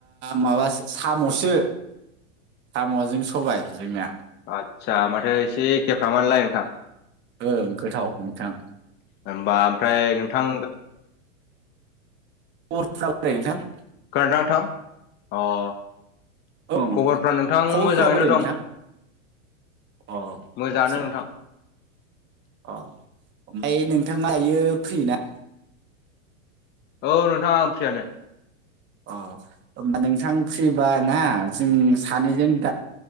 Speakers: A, on the right; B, on the left.
A: माबो साम'सो। साम'जों सबाय जोंनिया।
B: आदसा माथो एसे एखेफ्रामानोलाय नोंथां।
A: ओं गोथाव नोंथां।
B: होनबा ओमफ्राय नोंथां
A: अ <unintelligible>
B: खोनादोंना नोंथां? अ'
A: ओं
B: खबरफ्रा नोंथां
A: खबरफ्रा
B: मोजाङैनो
A: बोरै नोंथां
B: दं?
A: अ
B: मोजाङानो
A: आतसा
B: नोंथां
A: अ' ओमफ्राय नोंथाङा दायो फ्रिना?
B: औ नोंथां आङो फ्रियानो।
A: अ' होमबा नोंथां फ्रिबा ना जों सानैजों दा